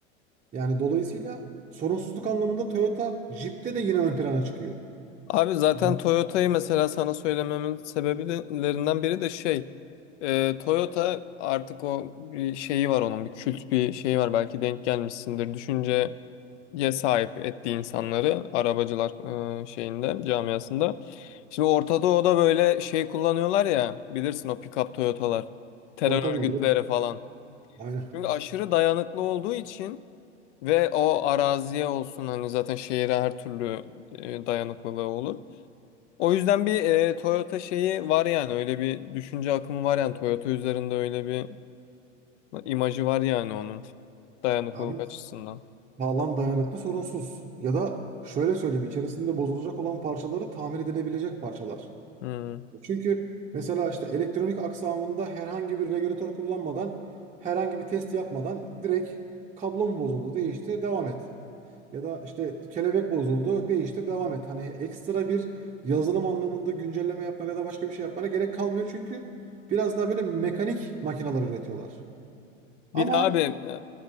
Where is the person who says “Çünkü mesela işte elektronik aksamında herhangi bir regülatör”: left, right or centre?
Right